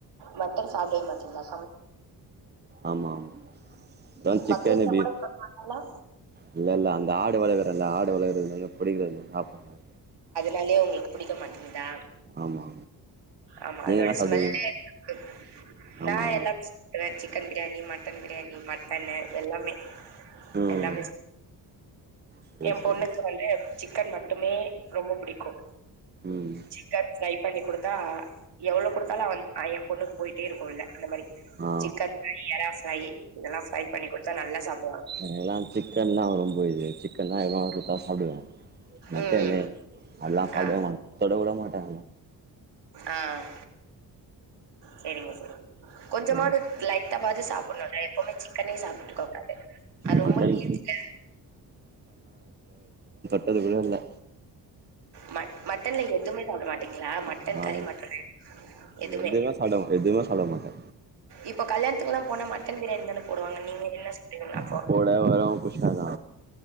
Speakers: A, on the right (about 65°); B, on the right (about 25°).
A: மட்டன் சாபடிய மாட்டிங்களா
B: ஆமா ஆம் ப சிக்கன்
A: பக்ரீத்ல
B: பிப்
A: கூட சாப்டுவீங்களா
B: இல்ல இல்ல அந்த ஆடு வ ரெண்டு ஆடு வெள <unintelligible> பிடிக்கல சாப்பல
A: னாலயே உங்களுக்கு புடிக்க மாட்டேங்குதா
B: ஆமா
A: ஆமா
B: நீங்க
A: அதோட
B: என்ன சாப்டுவீங்க
A: ஸ்மெல்லே எனக்கு <inaudible> நா
B: ஆமா ஆமா
A: எல்லா <inaudible> சிக்கன் பிரியாணி மட்டன் பிரியாணி மட் கண்ணு எல்லாமே
B: ம்
A: எல்லாமே
B: சரி
A: ஏ
B: சரி
A: பொண்ணுக்கு வந்து சிக்கன் மட்டுமே ரொம்ப புடிக்கு
B: ம்
A: சிக்கன் ஃபிரை பண்ணி குடுத்தா எவ்ளோ குடுத் ல்லா வந் ஏ பொண்ணுக்கு போயிட்டே இருக்கு உள்ள அந்த மாரி
B: ஆ
A: சிக்கன் ஃரை எரா ஃரை இதெல்லா ஃபரை பண்ணி குடுத்தா நல்லா சாப்
B: எல்லா சிக்கன்லா ரொம்ப இது சிக்கன்னா என்னா குடுத்தா சாப்டுவே மட்டனு
A: ம்
B: அல்லாம் சாப்டவே
A: ஆ
B: மாட் தொட கூட மாட்டே
A: ஆஹ் செரிங்க செரி கொஞ்சமாது
B: ம்
A: லைட்டாவாது சாப்பிடணுல எப்பவுமே சிக்கனே சாப்பிட்ருக்க கூடாது அது ரொம்ப
B: மட்டன்
A: ஹீட்ல
B: அதுகூடல்ல
A: ம மட்டன்ல எதுமே சாப்ட மாட்டீங்ளா மட்டன்
B: ஆ
A: கறி மட்டனு எதுமே
B: எதுவுமே சாப்ட மாட்டே எதுவுமே சாப்ட மாட்டே
A: இப்ப கல்யாண் த்துக்குலா போன மட் ட்டன் பிரியாணி தான போடுவாங்க நீங்க என்ன செய்வீங்கள் அப்போ
B: அப்போட வரு குஷ்காதா